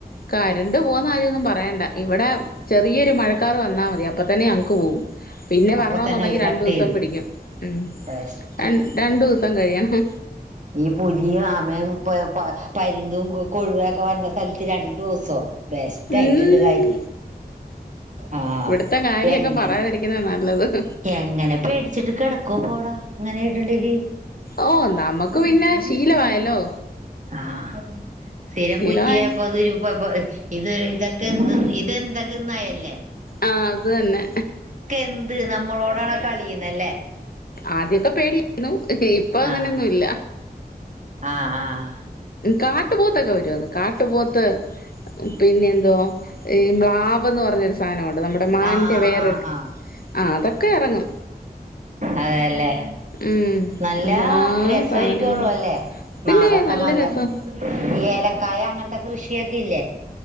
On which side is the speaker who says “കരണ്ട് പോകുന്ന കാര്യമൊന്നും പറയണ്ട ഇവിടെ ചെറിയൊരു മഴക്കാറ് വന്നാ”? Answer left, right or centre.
Left